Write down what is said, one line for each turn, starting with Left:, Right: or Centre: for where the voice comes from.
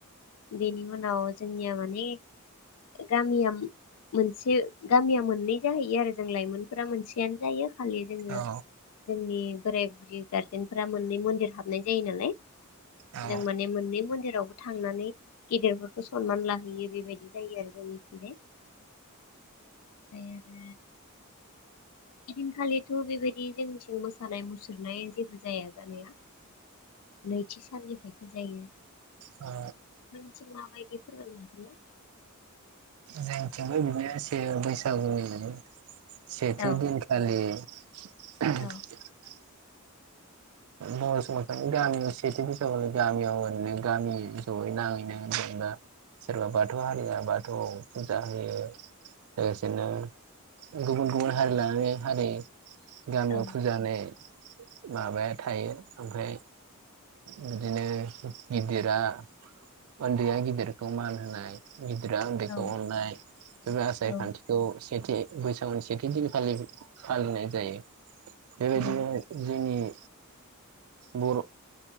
Left: बेनि उनाव जोंनिया माने गामिया मोनसे गामिया मोननै जाहैयो आरो जों लाइमोनफोरा मोनसेयानो जायो खालि जोङो
Right: औ
Left: जोंनि बोराय बुरि गार्जेनफोरा मोननै मन्दिर हाबनाय जायो नालाय
Right: औ
Left: जों माने मोननै मन्दिरावबो थांनानै गेदेरफोरखौ सनमान लाहैयो बेबायदि जायो आरो जोंनि थिंजाय ओमफाय आरो एदिनखालिथ' बेबायदि जोंनिथिं मोसानाय मुसुरनाय जेबो जाया जानाया नैथि साननि जायो
Right: आ
Left: मा बायदि फोरमानो हागोना
Right: जोंथिंबो <unintelligible> से बैसागुनि माने सेथिदिन
Left: औ
Right: खालि <unintelligible>
Left: औ
Right: बर' समाजावनो गामियाव सेथि बैसागुनि गामियाव ओरैनो गामि जयै नाङैनो जेनेबा सोरबा बाथौ हारिया बाथौआव फुजा होयो लोगोसेनो गुबुन गुबुन हारि लानानै हारि गामियाव
Left: औ
Right: फुजा होनाय <inaudible> माबाया थायो। ओमफाय बिदिनो गिदिरा उन्दैया गिदिरखौ मान होनाय। गिदिरा उन्दैखौ
Left: औ
Right: अननाय <unintelligible> आसार
Left: औ
Right: खान्थिखौ सेथि बैसागुनि सेथि दिनखालि फालिनाय जायो। बेबायदिनो
Left: औ
Right: जोंनि बर'